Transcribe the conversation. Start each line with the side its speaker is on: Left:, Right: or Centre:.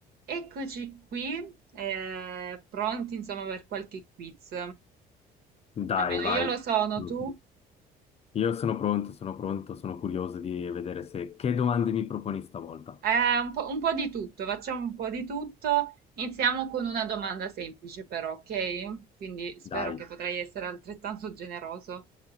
Right: Eccoci qui, eh, pronti insomma per qualche quiz.
Left: Dai,
Right: Almeno io
Left: vai.
Right: lo sono,
Left: Mhm.
Right: tu?
Left: Io sono pronto, sono pronto, sono curioso di vedere se... Che domande mi proponi stavolta?
Right: Eh, un po', un po' di tutto, facciamo un po' di tutto. Iniziamo con una domanda semplice però, ok? Quindi spero
Left: Dai,
Right: che potrai essere altrettanto generoso.